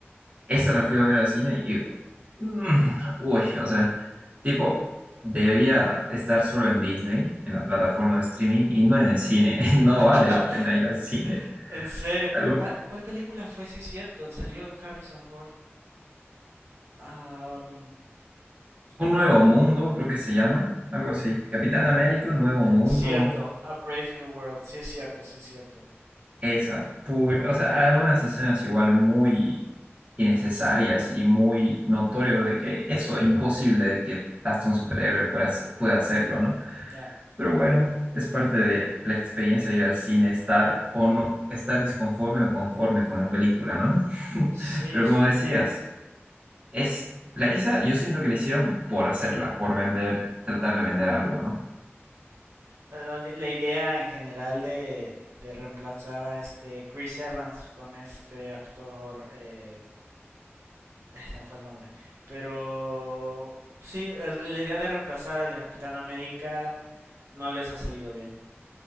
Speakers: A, on the right (about 30°); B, on the right (about 85°).
A: Esa la fui a ver al cine y "Mm, uy, o sea, tipo, debería estar solo en Disney, en la plataforma de streaming y no en el cine. <laughs>
B: <laughs>
A: No vale la pena ir al cine.
B: En serio,
A: Algo-
B: ¿cuál, cuál película fue, si cierto? Salió Harrison Ford. Am, no
A: un nuevo
B: me ac-
A: mundo, creo que se llama, algo así. Capitán América, un nuevo mundo.
B: Cierto, A Brave New World, sí es cierto, sí es cierto.
A: Esa, pu- o sea, algunas escenas igual muy innecesarias y muy notorio de que eso es imposible de que hasta un superhéroe pueda, hace- pueda hacerlo, ¿no?
B: Ya.
A: Pero bueno, es parte de la experiencia de ir al cine, estar o no, estar disconforme o conforme con la película, ¿no? <laughs>
B: Sí,
A: Pero
B: supongo.
A: como decías, es la, esa yo siento que la hicieron por hacerla, por vender, tratar de vender algo, ¿no?
B: La, la- la idea en general de, de reemplazar a este Chris Evans con este actor eh, <laughs> Ese me fue el nombre. Pero sí, el- la idea de reemplazar al de Capitán América no les ha salido bien.